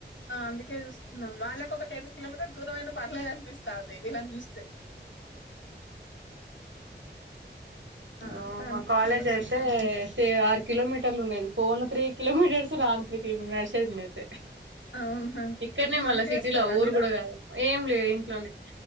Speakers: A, on the left; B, on the right.
A: అందుకే చూ వాళ్ళకి ఒక టెన్ కిలోమీటర్స్ దూరమయిైన పర్లేదు అనిపిస్తా అది వీళ్ని చూస్తే
B: ఆ
A: అట్లా
B: మా
A: అని
B: కాలేజ్
A: చూస్తున్నా
B: అయితే ఆరు కిలోమీటర్లు ఉండేది పోన తీ కిలోమీటర్ అడుస రాను త కిలోమీటర్ అడు అన్నయితే
A: అవునా
B: ఇక్కడనే
A: ఇప్పుడు వర్క్
B: మళ్ళా సిటీలో
A: చేస్తారా
B: ఊరు
A: మీరు
B: కూడా కాదు ఏం లేదు ఇంట్లోనే